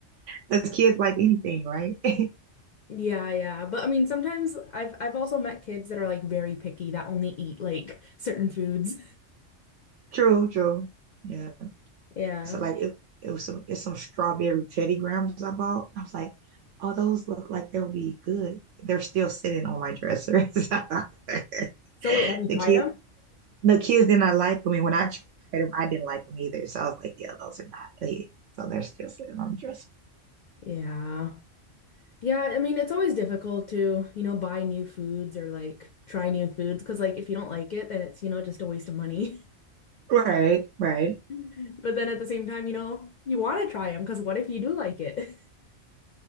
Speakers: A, on the right (about 75°); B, on the left (about 60°).
A: Because kids like anything, right? <laughs>
B: Yeah, yeah. But I mean, sometimes I've I've also met kids that are like very picky that only eat like certain foods.
A: true, true. Yeah.
B: Yeah.
A: So like it, it was some it's some strawberry Teddy Grahams I bought. I was like, oh, those look like they'll be good. They're still sitting on my dresser. <laughs> the
B: So wait, have you tried
A: kids
B: them?
A: the kids did not like them, and when I tried them, I didn't like them either. So I was like, yeah, those are not a hit. So they're still sitting on the dresser.
B: Yeah. Yeah, I mean, it's always difficult to, you know, buy new foods or like try new foods because like if you don't like it, then it's, you know, just a waste of money.
A: Right, right.
B: <laughs> But then at the same time, you know, you want to try them because what if you do like it?